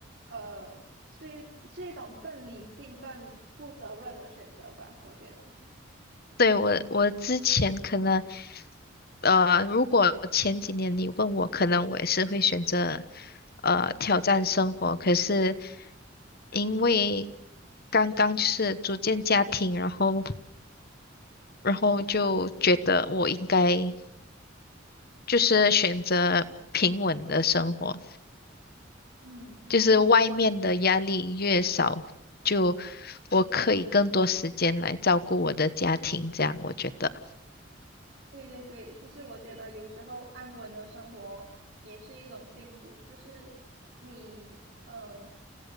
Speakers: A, on the right; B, on the left.
A: 呃，是一是一种更理性、更负责任的选择吧，我觉得。
B: 对，我，我之前可能，呃，如果前几年你问我，可能我也是会选择，呃，挑战生活。可是因为刚刚就是组建家庭，然后，然后就觉得我应该就是选择平稳的生活。
A: 嗯，
B: 就是外面的压力越少，就我可以更多时间来照顾我的家庭，这样我觉得
A: 对对对，就是我觉得有时候安稳的生活也是一种幸福，就是你嗯